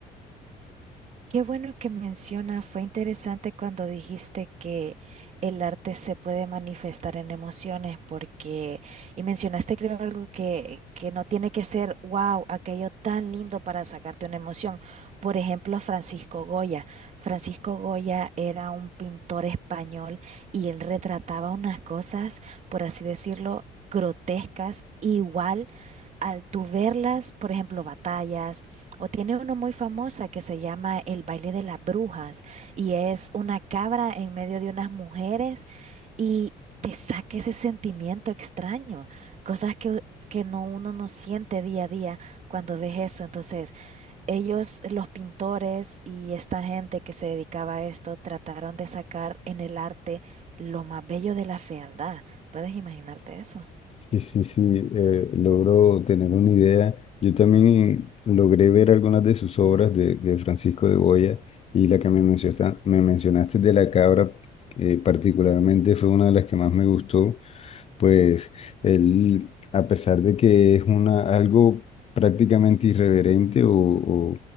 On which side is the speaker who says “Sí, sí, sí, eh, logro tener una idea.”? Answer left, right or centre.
Left